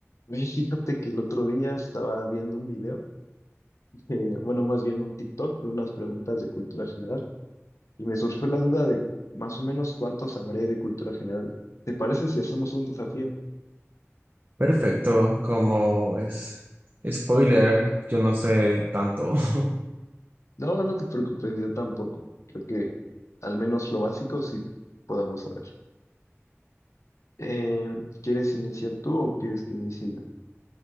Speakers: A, on the left; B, on the right.
A: Oye, Fíjate que el otro día estaba viendo un video, eh, bueno, más bien un TikTok de unas preguntas de cultura general y me surgió la duda de más o menos cuánto sabré de cultura general. ¿Te parece si hacemos un desafío?
B: Perfecto, como es spoiler, yo no sé tanto. <laughs>
A: No, no te preocupes, yo tampoco. Creo que al menos lo básico sí podemos saber. Eh, ¿quieres iniciar tú o quieres que inicie yo?